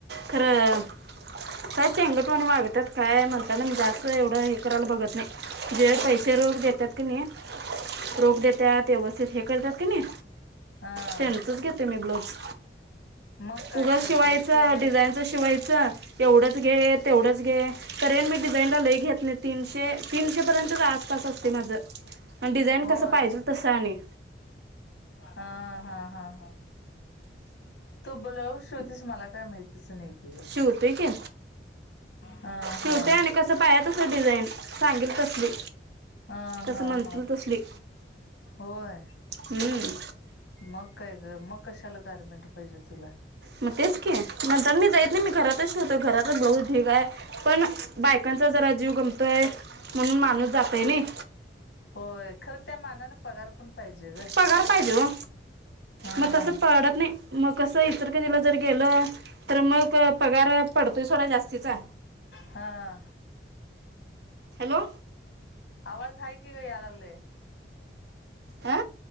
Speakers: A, on the right; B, on the left.
A: खरं काय चेंगट म्हण वागतात काय म्हणतात ना म जास्त एवढं हे करायला बघत नाही जे पैसे रोग देतात की नाही रोग देतात व्यवस्थित हे करतात की नाही
B: हा
A: सेंसच घेते मी ब्लाऊज
B: मग काय
A: ऊगांच
B: तर
A: शिवांयच
B: पैसे
A: डिझाईन शिवायच एवढंच घे तेवढंच घे करेन मी डिझाईनला लय घेत नाही तीनशे तीनशेपर्यंतच आसपास असते माझं आणि डिझाईन
B: होय
A: कसं पाहिजेल तसं आणि.
B: हा हा हा हा. तू बोलाव शेवतीिस मला काय माहतीच नाही. की ग
A: शिवते की
B: हा
A: शिवते
B: हा
A: आणि कस. पाया तसं डिझाईन सांगेल कसली.
B: हा
A: कसं
B: हा
A: म्हणतील
B: हा
A: तसली
B: होय
A: हम्म.
B: मग काय मग कशाला गारमेंट पाहिजे तुला?
A: मग तेच की नंतर मी जायत नाही मी घरातच शेवतो घरातच ब्लॉउज डीग आहे. पण बायकांचा जरा जीव गमतोय म्हणून माणूस जातय नाही.
B: होय खरं त्या मानान पगार पण पाहिजे ग.
A: पगार पाहिजे हो
B: हा
A: मग तसं पडत नाही मग कसं इतर का तिला जर गेलं. तर मग पगार पडतोय सोडा जास्तीचा.
B: हां
A: हॅलो.
B: आवाज हा कि ग या लागलय.
A: आ.